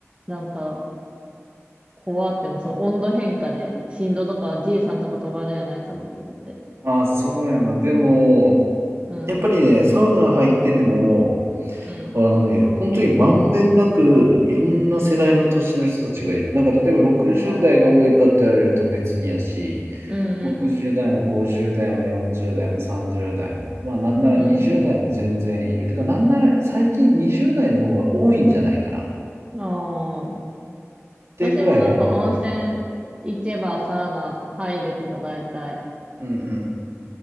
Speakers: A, on the right; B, on the right.
A: なんか、怖っても、その温度変化で、心臓とか、じいさんとか止まるんじゃないかなって思って。
B: まあ、そうやな。でも、
A: うん、
B: やっぱりね、サウナ入ってても、
A: うん、
B: あのね、本当にまんべんなく、いろんな世代の年の人たちがいる。
A: うん。
B: なんか、例えば60代が多いかって言われると別にやし、
A: ああ、うん、
B: 60代も50代も40代も30代も、まあなんなら20代も全然いる。
A: うん、
B: てか、なんなら最近20代の方が多いんじゃないかなっ
A: うん。ああ。
B: てぐらいやと思うよ。
A: 私もなんか温泉行けばサウナ入るけど、大体。
B: うんうん。